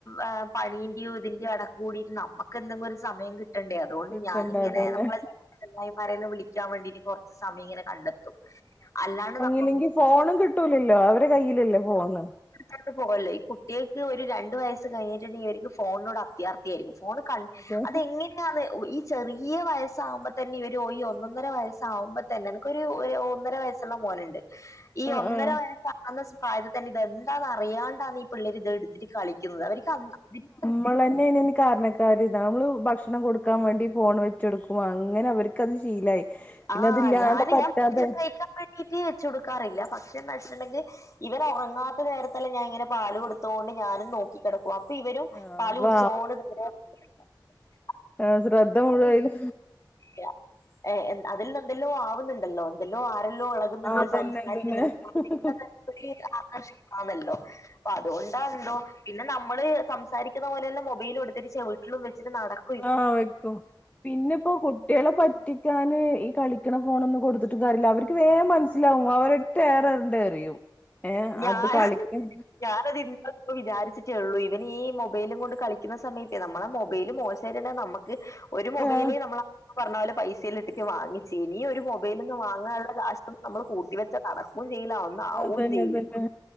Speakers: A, on the left; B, on the left.
A: ഏഹ് പണീന്റെയോ ഇതിന്റെ എടക്കൂടിട്ട് നമ്മക്ക് എന്തെങ്കിലും ഒരു സമയം കിട്ട് കിട്ടണ്ടേ അതുകൊണ്ട്
B: കിട്ടണ്ട
A: ഞാനിങ്ങനെ
B: അതന്നെ
A: നമ്മളെ ചങ്ങാതിമാരേയെല്ലാം വിളിക്കാൻ വേണ്ടീട്ട് കൊറച്ച് സമയമിങ്ങനെ കണ്ടെത്തും അല്ലാണ്ട് നമ -
B: ഇല്ലെങ്കി ഫോണും കിട്ടൂലല്ലോ അവര്ടെ കയ്യിലല്ലേ ഫോണ്.
A: ട്ടിട്ട് പോവല്ലെ ഈ കുട്ടിയക്ക് ഒരു രണ്ട് വയസ് കഴിഞ്ഞിട്ടുണ്ടങ്കി ഇവരിക്ക് ഫോണിനോട് അത്യാർ ത്തിയാരിക്കും ഫോണ് കൺ
B: അതെ
A: അത് എങ്ങനെ - ട്ടാണ് ഈ ചെറിയ വയസാവുമ്പോ തന്നെ ഇവര് ഈ ഒന്നൊന്നര വയസാവുംമ്പോത്തന്നെ ഇവക്കൊരു ഒന്നര വയസ് സ്വന്തം മോന് ഇണ്ട് ഈ
B: ആഹ്
A: ഒന്നര
B: ആഹ്
A: വയസ്സാവുന്ന പ്രായത്തി തന്നെ ഇതെന്താന്നറിയാണ്ടാന്ന് ഈ പിള്ളേര് ഇത്‌ എടുത്തിട്ട് കളി ക്കുന്നത് അവര് ക <unintelligible>
B: നമ്മളന്നെയാണ് അയിന് കാരണക്കാര് നമ്മള് ഭക്ഷണം കൊടുക്കാൻ വേണ്ടി ഫോണ് വെച്ചൊടുക്കും അങ്ങനെ അവര് - ക്കത് ശീലായി പിന്നെ
A: ആഹ്
B: അതില്ലാണ്ട്
A: ഞാന്
B: പറ്റാതായി
A: ഞാൻ ഭക്ഷണം കഴിക്കാൻ വേണ്ടിട്ട് വെച്ച് കൊടുക്കാറില്ല ഭക്ഷണം കഴിച്ചിട്ടുണ്ടെങ്കി- ഇവര് ഒറങ്ങാത്ത നേരത്തെല്ലാം ഞാൻ ഇങ്ങനെ പാല് കൊടുത്തോണ്ട് ഞാനും നോക്കി കെടക്കും അപ്പൊ ഇവരും
B: ആഹ്
A: പാല്
B: അപ്പൊ
A: കുടിച്ചോണ്ട് ഇങ്ങനെ -
B: ആ ശ്രദ്ധ മുഴുവൻ അതില്
A: ഇല്ല അതിൽ എന്തെല്ലോ ആവുന്നുണ്ടല്ലോ എന്തെല്ലോ ആരെല്ല- എന്തോ എളകുന്നുണ്ട്
B: ആഹ് അതന്നെ
A: സംസാരിക്കുന്നുണ്ട്
B: അതന്നെ
A: <unintelligible> കഷിക്കാ <unintelligible> മല്ലോ അപ്പൊ അതുകൊണ്ടാ എന്തോ പിന്നെ നമ്മള് സംസാരിക്കുന്ന പോലെല്ലാം മൊബൈല് എടുത്തിട്ട് ചെവിട്ടിലും വെച്ചിട്ട് നടക്-
B: ആഹ് വെക്കും പിന്നെപ്പോ കുട്ടികളെ പറ്റിക്കാന് ഈ കളിക്കണ ഫോണ് ഒന്ന് കൊടുത്തിട്ട- തരില്ല അവർക്ക് വേഗം മനസ്സിലാവും അവരൊറ്റ ഏറു അങ്ങോട്ട് എറിയും ഏയെ
A: ഞാൻ
B: അത് കളിക്കും
A: ഞാനത് ഇന്നാളിപ്പോ വിചാരിച്ചിട്ടേ ഉള്ളൂ ഇവൻ ഈ മൊബൈലും കൊണ്ട് കളിക്കുന്ന സമയത്തേ നമ്മളെ മൊബൈല മോശമായിട്ടണ്ടെ നമുക്ക്- ക് ഒരു മൊബൈല്
B: ആഹ്
A: നമ്മള് പറഞ്ഞ പോലെ പൈസെല് ഇട്ടിട്ട് വാങ്ങിച്ചീനി ഒരു മൊബൈൽ ഇന്ന് വാങ്ങാനുള്ള- ഇപ്രാശം നമ്മള് കൂട്ടി വെച്ച നടക്കുകയും ചെയ്യില്ല ഒന്നു ആവുവേം
B: അതന്നെ
A: ചെയ്യില്ല
B: അതന്നെ